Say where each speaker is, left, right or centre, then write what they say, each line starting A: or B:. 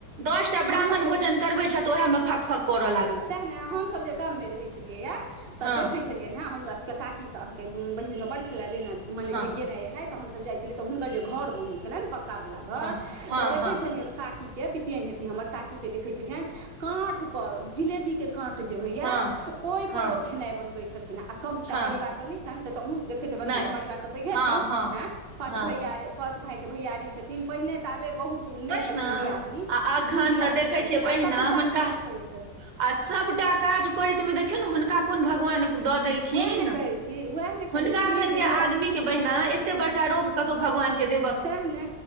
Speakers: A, on the right; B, on the right.
A: दस टा
B: हमसभ
A: ब्राह्मण
B: जे
A: भोजन करबै छथि आहे मे फक फक करल ला
B: सएह ने हमसब जे गाम मे रहै छलियै य त
A: हँ
B: देखै छलियै हँ हमरा सबके काकी सब अहाँके बहिन सब बड छले ले मने
A: हँ
B: जे गेना एना हमसब जाइ छलियइ त हुनकर घर बन छलनि पका वला घर
A: हँ हँ
B: त देखै
A: हँ
B: छलिय काकी के पितियन हेती हमर काकी के देखे छलियन काँठ पर जिलेबी के काँट जे होइया
A: हँ
B: ओहि
A: हँ
B: पर ओ खेनाइ बनबे छलखिन आ कमटा
A: हँ
B: परिवार त नहि छनि से तहु देख <unintelligible> तनि
A: नहि
B: हुनकर परिवार त पैघे
A: हँ
B: छनि
A: हँ
B: एँय पाँच
A: हँ
B: भैया पाँच भैय के भैयारी छथिन पहिने ताबे बहुत नय
A: तै
B: छलखिन
A: ने आ
B: दियादनी
A: अखन
B: दू दियादमी
A: तऽ देखै
B: छलखिन
A: छियै
B: आ
A: बहिना
B: सबटा
A: हुनका
B: काज करै छल
A: आ सभटा काज करैत मे देखियौ ने हुनका कोन भगवान द देल छी
B: उएह
A: न
B: ने कहै छी उएह ने
A: हुनका
B: कहै छी
A: सनके
B: जेकि
A: आदमीक के बहिना एते बड़का रोग भगवान के दे
B: सेह ने